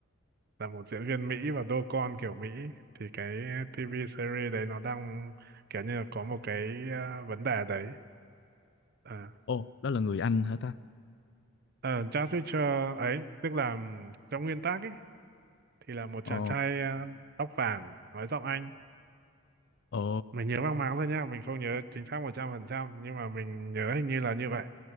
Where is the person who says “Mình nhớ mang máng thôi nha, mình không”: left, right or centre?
Right